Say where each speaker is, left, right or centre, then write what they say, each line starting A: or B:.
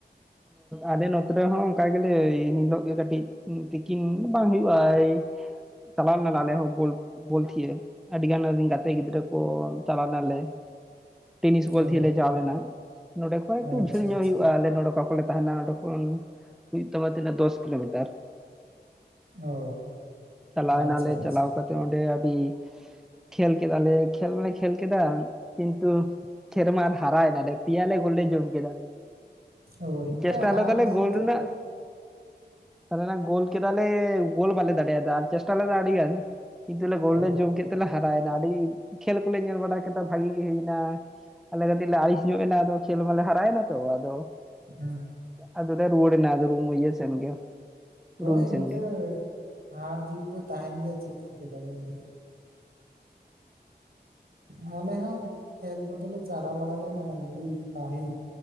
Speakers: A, in the centre; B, on the right (about 60°).
A: ᱟᱞᱮ ᱱᱚᱛᱮ ᱨᱮᱦᱚᱸ ᱚᱱᱠᱟ ᱜᱮᱞᱮ ᱮᱱᱦᱤᱞᱳᱜ ᱜᱮ ᱠᱟᱹᱴᱤᱡ, ᱛᱤᱠᱤᱱ ᱵᱟᱝ ᱦᱩᱭᱩᱜᱼᱟ ᱮᱤ ᱪᱟᱞᱟᱣ ᱞᱮᱱᱟ ᱟᱞᱮ ᱦᱚᱸ ᱵᱚᱞ ᱵᱚᱞᱛᱷᱤᱭᱟᱹ ᱟᱹᱰᱤ ᱜᱟᱱ ᱜᱟᱛᱮ ᱜᱤᱫᱽᱨᱟᱹ ᱠᱚ ᱪᱟᱞᱟᱣ ᱞᱮᱱᱟᱞᱮ᱾ ᱴᱮᱱᱤᱥ ᱵᱚᱞ
B: ᱚ
A: ᱛᱷᱤᱭᱟᱹ ᱞᱮ ᱪᱟᱣ ᱞᱮᱱᱟ ᱱᱚᱸᱰᱮ ᱠᱷᱚᱡ ᱮᱠᱴᱩ
B: ᱟᱪᱪᱷᱟ
A: ᱡᱷᱟᱹᱞ ᱧᱚᱜ
B: ᱟᱪᱪᱷᱟ
A: ᱦᱩᱭᱩᱜᱼᱟ ᱟᱞᱮ ᱱᱚᱰᱮ ᱠᱷᱚᱱ ᱛᱟᱸᱦᱮᱱᱟ ᱚᱸᱰᱮ ᱠᱷᱚᱱ ᱦᱩᱭᱩᱜ ᱛᱟᱢᱟ ᱛᱤᱱᱟᱹᱜ ᱫᱚᱥ ᱠᱤᱞᱳᱢᱤᱴᱟᱨ᱾
B: ᱚ
A: ᱪᱟᱞᱟᱣ
B: ᱟᱪᱪᱷᱟ
A: ᱮᱱᱟᱞᱮ
B: ᱟᱪᱪᱷᱟ
A: ᱪᱟᱞᱟᱣ ᱠᱟᱛᱮ ᱚᱸᱰᱮ ᱟᱹᱰᱤ ᱠᱷᱮᱞ ᱠᱮᱫᱟᱞᱮ ᱠᱷᱮᱞ ᱢᱟᱞᱮ ᱠᱷᱮᱞ ᱠᱮᱫᱟ ᱠᱤᱱᱛᱩ, ᱠᱷᱮᱞ ᱨᱮᱢᱟᱞᱮ ᱦᱟᱨᱟᱭ ᱮᱱᱟᱞᱮ ᱯᱮᱭᱟ ᱞᱮ ᱜᱚᱞ ᱞᱮ ᱡᱚᱢ ᱠᱮᱫᱟ᱾
B: ᱚ ᱤᱱᱠᱟᱹ
A: ᱪᱮᱥᱴᱟ
B: ᱦᱟᱨ
A: ᱞᱮᱫᱟᱞᱮ
B: ᱡᱤᱛ
A: ᱜᱳᱞ
B: ᱫᱚ
A: ᱨᱮᱱᱟᱜ, -- ᱜᱳᱞ ᱠᱮᱫᱟᱞᱮ ᱜᱳᱞ ᱵᱟᱞᱮ ᱫᱟᱲᱮᱭᱟᱫᱟ ᱟᱨ ᱪᱮᱥᱴᱟ ᱞᱮᱫᱟ ᱟᱹᱰᱤ ᱜᱟᱱ ᱠᱤᱱᱛᱩ ᱞᱮ ᱜᱚᱞ
B: ᱚ
A: ᱞᱮ ᱡᱚᱢ ᱠᱮᱫ ᱛᱮᱞᱮ ᱦᱟᱨᱟᱣ ᱮᱱᱟ ᱟᱹᱰᱤ ᱠᱷᱹᱞ ᱠᱚᱞᱮ ᱧᱮᱞ ᱵᱟᱲᱟ ᱠᱮᱫᱟ ᱵᱷᱟᱜᱤ ᱜᱮ ᱦᱩᱭᱮᱱᱟ᱾ ᱟᱞᱮ ᱠᱟᱹᱴᱤᱡ ᱞᱮ ᱟᱹᱲᱤᱥ ᱧᱚᱜ ᱮᱱᱟ ᱟᱫᱚ ᱠᱷᱮᱞ ᱢᱟᱞᱮ ᱦᱟᱨᱟᱣ ᱮᱱᱟ ᱛᱚ ᱟᱫᱚ,
B: ᱦᱩᱸ
A: ᱟᱫᱚ ᱞᱮ ᱨᱩᱣᱟᱲ ᱮᱱᱟ ᱨᱩᱢ ᱤᱭᱟᱹ ᱥᱮᱱ ᱜᱮ᱾
B: ᱦᱳᱭ
A: ᱨᱩᱢ ᱥᱮᱱ
B: ᱤᱱᱠᱟᱹ
A: ᱜᱮ
B: ᱦᱟᱨ ᱡᱤᱛ ᱫᱚ ᱛᱟᱸᱦᱮᱱ ᱜᱮᱭᱟ ᱪᱮᱫ ᱪᱤᱠᱟᱹ ᱫᱟᱲᱮᱭᱟᱜ ᱵᱤᱱ᱾ ᱦᱚᱸ ᱟᱞᱮ ᱦᱚᱸ ᱠᱷᱮᱞ ᱠᱚᱫᱚᱞᱮ ᱪᱟᱞᱟᱣ ᱵᱟᱲᱟ ᱞᱮᱱᱟ ᱟᱹᱰᱤ ᱯᱟᱹᱦᱤᱞ,